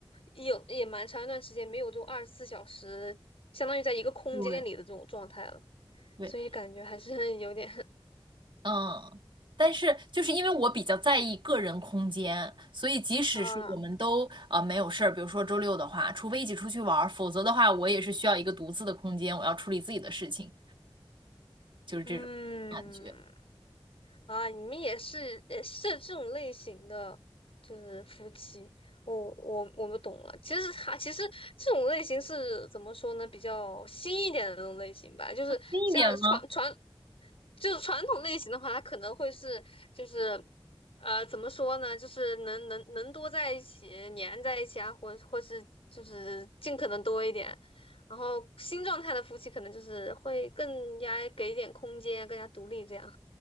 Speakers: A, on the left; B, on the right.
A: 有也蛮长一段时间没有这种二十四小时，相当于在一个空间里的这种状态了，
B: 对，对，
A: 所以感觉还是有点 <laughs>
B: 嗯，但是就是因为我比较在意个人空间，所以即使是我们都呃没有事儿，
A: 啊，
B: 比如说周六的话，除非一起出去玩儿，否则的话，我也是需要一个独自的空间，我要处理自己的事情，就是这种感觉。
A: 嗯。啊，你们也是也是这种类型的，就是夫妻。我我我不懂了。其实他其实这种类型是怎么说呢？比较新一点的那种类型吧，就是像传传，
B: 近一点吗？
A: 就是传统类型的话，他可能会是就是呃怎么说呢？就是能能能多在一起，粘在一起啊，或或是就是尽可能多一点。然后新状态的夫妻可能就是会更加给一点空间，更加独立这样。